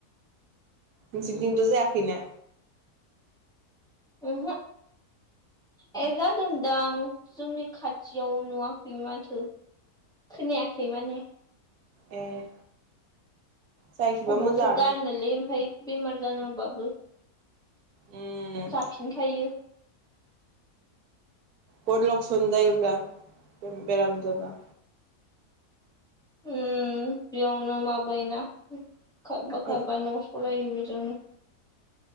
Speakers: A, on the right; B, in the centre.
A: नोंसिरनि दिनथ जायाखैना?
B: उमहो ए जादोंदां जोंनि खाथियाव, नुवाखै माथो। खोनायाखै माने
A: ए जायाखैबा
B: अबावथो
A: मोजाङानो
B: गारनोलै आमफ्राय बेमार जादोंबाबो
A: उम
B: जाफिनखायो
A: गट लक्सन जायोब्ला बेराम जाबा
B: उम बेयावनो माबायोना, खावफा
A: आं
B: खावफा न सलायो बेजोंनो